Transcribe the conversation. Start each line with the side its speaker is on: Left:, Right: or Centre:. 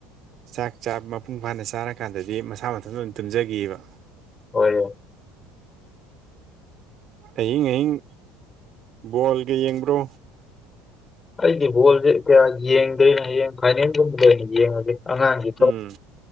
Right: ꯆꯥꯛ ꯆꯥꯛ ꯃꯄꯨꯡ ꯐꯥꯅ ꯆꯥꯔꯀꯥꯟꯗꯗꯤ ꯃꯁꯥ ꯃꯊꯟꯇ ꯑꯗꯨꯝ ꯇꯨꯝꯖꯒꯤꯕ
Left: ꯍꯣꯏꯌꯦ
Right: ꯑꯍꯤꯡ ꯑꯍꯤꯡ ꯕꯣꯜꯒ ꯌꯦꯡꯕ꯭ꯔꯣ
Left: ꯑꯩꯗꯤ ꯕꯣꯜꯁꯦ ꯀꯌꯥ ꯌꯦꯡꯗ꯭ꯔꯦꯅꯦ ꯍꯌꯦꯡ ꯐꯥꯏꯅꯦꯜꯒꯨꯝꯕꯗ ꯑꯣꯏꯅ ꯌꯦꯡꯉꯒꯦ ꯑꯉꯥꯡꯒꯤ
Right: ꯎꯝ